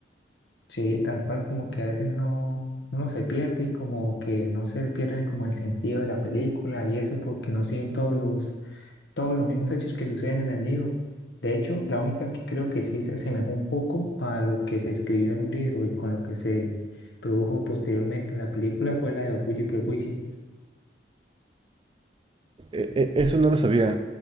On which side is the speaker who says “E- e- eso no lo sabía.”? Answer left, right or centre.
Right